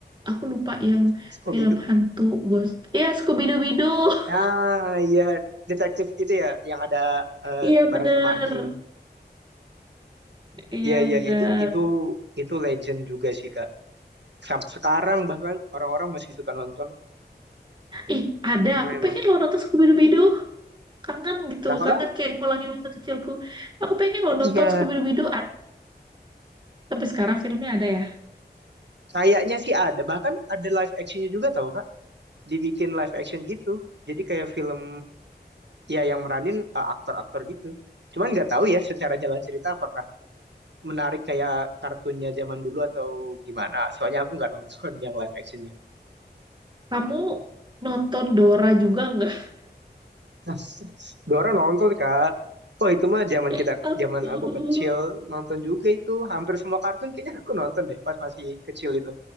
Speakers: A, on the right; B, on the right.
A: aku lupa yang
B: Scooby-Doo.
A: film hantu ghost. Iya, Scooby-Dooby-Doo. <laughs>
B: Ah, iya. Detektif itu ya, yang ada eh,
A: Iya
B: bareng
A: bener,
B: sama anjing.
A: iya
B: Iya, iya,
A: bener.
B: iya, itu itu itu legend juga sih Kak. Sampai sekarang bahkan orang-orang masih suka nonton
A: Ih, ada.
B: karena
A: Aku
B: emang.
A: pengen lo nonton Scooby-Dooby-Doo. Kangen gitu.
B: Apakah?
A: Kangen kayak ngulangi masa kecilku. Aku pengen lo nonton
B: Iya,
A: Scooby-Dooby-Doo. Ada. Sampai sekarang filmnya ada ya.
B: kayaknya sih ada. Bahkan ada live actionnya juga tau Kak. Dibikin live action gitu. Jadi kayak film ya yang meranin eh, aktor-aktor gitu. Cuman nggak tahu ya secara jalan cerita apakah menarik kayak kartunnya zaman dulu atau gimana. Soalnya aku nggak nonton yang live actionnya.
A: Kamu nonton Dora juga nggak? <laughs>
B: <laughs> Dua nonton Kak. Oh itu mah zaman
A: Ya
B: kita,
A: ampun.
B: zaman aku kecil nonton juga itu. Hampir semua kartun kayaknya aku nonton deh pas masih kecil itu.